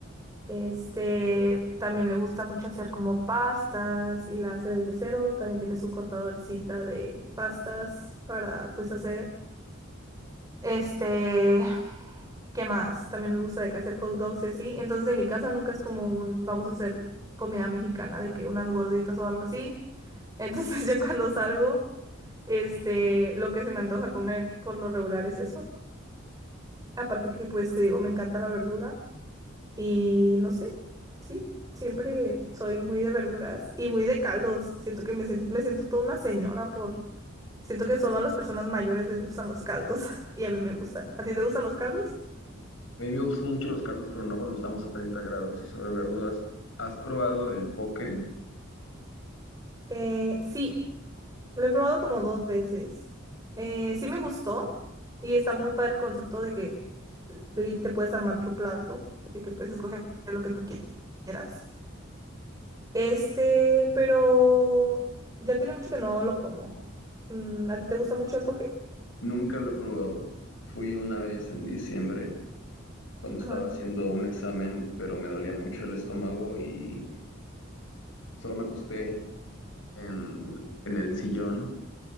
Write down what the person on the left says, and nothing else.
A mí me gustan mucho los caldos, pero no cuando estamos a 30 grados. Y sobre verduras, ¿has probado el poke?
Nunca lo he probado. Fui una vez en diciembre cuando
estaba haciendo un examen, pero me dolía mucho el estómago y solo me acosté en, en el sillón